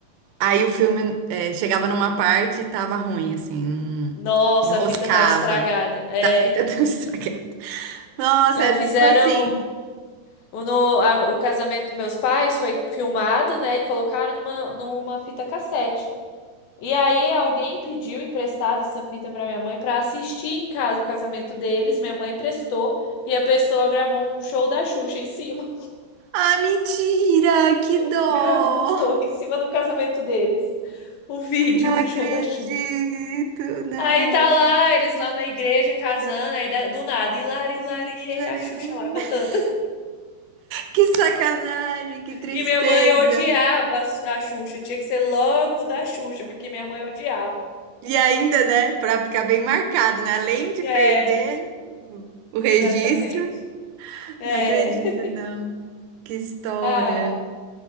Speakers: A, on the right; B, on the left.
A: Aí o filme é, chegava numa parte e tava ruim, assim, hum,
B: Nossa,
A: enroscava.
B: a fita tava estragada. É,
A: Tá, A fita tão <laughs> estragada. Nossa,
B: é,
A: era
B: fizeram
A: tudo assim.
B: O, no- a- o casamento dos meus pais foi filmado, né? E colocaram numa, numa fita cassete. E aí alguém pediu emprestado essa fita para minha mãe para assistir em casa o casamento deles. Minha mãe prestou e a pessoa gravou um show da Xuxa em cima.
A: Ah, mentira! Que
B: <laughs>
A: dó!
B: Gravou em cima do casamento deles. O vídeo
A: Não
B: do
A: acredito,
B: show da Xuxa.
A: não.
B: Aí tá lá, eles lá na igreja casando, aí da- do nada, hilari, hilari, e
A: Larê,
B: a Xuxa
A: larê.
B: lá cantando.
A: <laughs> Que sacanagem, que tristeza.
B: E minha mãe odiava a a Xuxa. Tinha que ser logo da Xuxa, porque minha mãe odiava.
A: E ainda, né, pra ficar bem marcado, né? Além de
B: É,
A: perder o o
B: exatamente.
A: registro,
B: É.
A: não acredito,
B: <laughs>
A: não. Que história.
B: Ah,